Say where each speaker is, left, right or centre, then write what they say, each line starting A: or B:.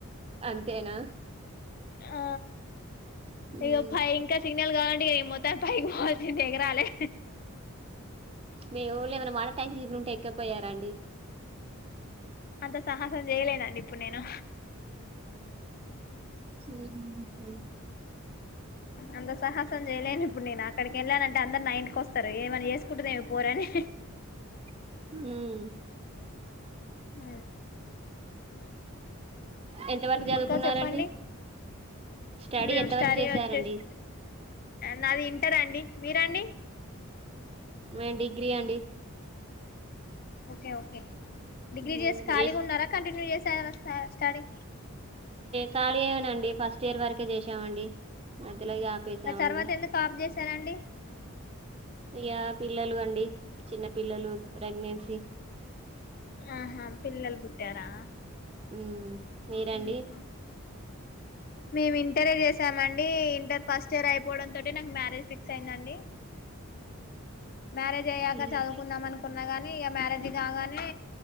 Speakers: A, on the right (about 25°); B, on the left (about 40°).
A: అంతేనా
B: ఆ
A: మ్మ్.
B: ఇో పై ఇంకా సిగ్నల్ కావాలంటే ఇనీ మొత్తాలు పైకి పోవల్సింది ఎగరాలే
A: మేము లే ఏమైనా మాట ట్యాష తిన్న ఉంటే ఎక్కపోయారా అండి
B: అంత సాహసం చేయలేనండి ఇప్పుడు నేను
A: హ
B: అంత సాహసం చేయలేను ఇప్పుడు నేను అక్కడికి వెళ్ళానంటే అందరు నైన్కి వస్తం సారు ఏమని చేసుకుంటుదేమి పోరాని
A: హ
B: ఆ
A: ఎంతవరకు చదువుకున్నారండి
B: ఇంకా చెప్పండి
A: స్టడీ
B: మేము
A: ఎంత
B: స్టారీ
A: వరకు చేశారండి
B: వచ్చేసి నాది ఇంటారాండి మీరండి
A: మ డిగ్రీ అండి
B: ఓకే ఓకే డిగ్రీ
A: మ్మ్
B: చేసి ఖాళీగా
A: ఎస్
B: ఉన్నారా కంటిన్యూ చేసారా స్టాడి
A: ఖాళీ అవనండి ఫస్ట్ ఇయర్ వరకే చేశామండి మధ్యలో ఆపేసామండి
B: మరి తర్వాత ఎందుకు ఆఫ్ చేశారండి
A: ఇక పిల్లలు అండి చిన్న పిల్లలు ప్రెగ్నెన్సీ
B: ఆహా పిల్లలు పుట్టారా
A: ఉ మీరండి
B: ఉహు మేము ఇంటరే చేసామండి ఇంటర్ ఫస్ట్ ఇయర్ అయిపోవడంతో నాకు మ్యారేజ్ ఫిక్స్ అయిందండి మ్యారేజ్ అయ్యాక
A: మ్మ్
B: చదువుకుందాం అనుకున్నా గాని ఇక మ్యారేజ్ కాగానే